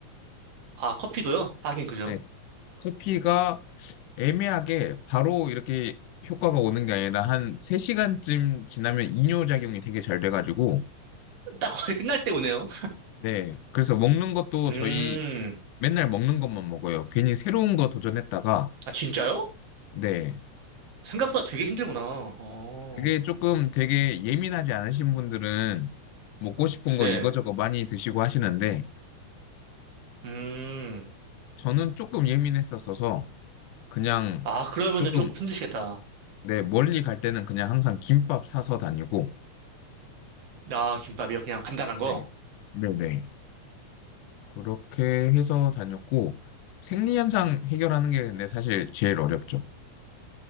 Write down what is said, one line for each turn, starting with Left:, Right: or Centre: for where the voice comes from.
Right: 아, 커피도요? 하긴, 그죠?
Left: 네, 커피가 애매하게 바로 이렇게 효과가 오는 게 아니라 한 3시간쯤 지나면 이뇨작용이 되게 잘 돼가지고,
Right: 딱 거의 끝날 때 오네요.
Left: 네, 그래서 먹는 것도
Right: 음,
Left: 저희 맨날 먹는 것만 먹어요. 괜히 새로운 거 도전했다가,
Right: 아, 진짜요?
Left: 네,
Right: 생각보다 되게 힘들구나. 어,
Left: 그게 조금 되게 예민하지 않으신 분들은 먹고 싶은
Right: 네.
Left: 거 이거저거 많이 드시고 하시는데,
Right: 음,
Left: 저는 조금 예민했었어서 그냥
Right: 아, 그러면은
Left: 조금
Right: 조금 힘드시겠다.
Left: 네, 멀리 갈 때는 그냥 항상 김밥 사서 다니고,
Right: 아, 김밥이요? 그냥 간단한
Left: 네,
Right: 거?
Left: 네네. 그렇게 해서 다녔고, 생리현상 해결하는 게 근데 사실 제일 어렵죠.